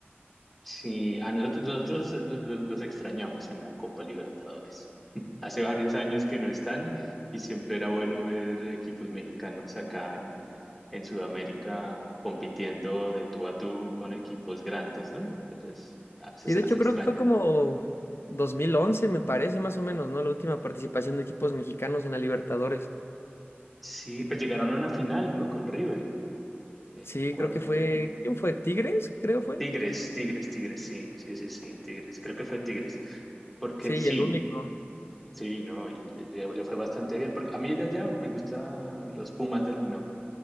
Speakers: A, in the centre; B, on the left (about 70°).
A: Sí, a nosotros, nosotros lo- lo- los extrañamos en la Copa Libertadores. <laughs> Hace varios años que no están y siempre era bueno ver equipos mexicanos acá en, en Sudamérica compitiendo de tú a tú con equipos grandes, ¿no? Entonces, a veces
B: Sí,
A: se
B: de
A: les
B: hecho
A: extraña.
B: creo que fue como 2011, me parece más o menos, ¿no? La última participación de equipos mexicanos en la Libertadores.
A: Sí, pues llegaron a una final, ¿no? Con River. Eh,
B: Sí,
A: ¿cuál,
B: creo que fue,
A: cuál?
B: ¿quién fue? Tigres, creo fue.
A: Tigres, Tigres, Tigres, sí, sí, sí, sí, Tigres. Creo que fue Tigres. Porque
B: Sí,
A: sí,
B: el único.
A: Sí, no, y le, le- le fue bastante bien. Porque a mí de allá me gustan los Pumas de la UNAM,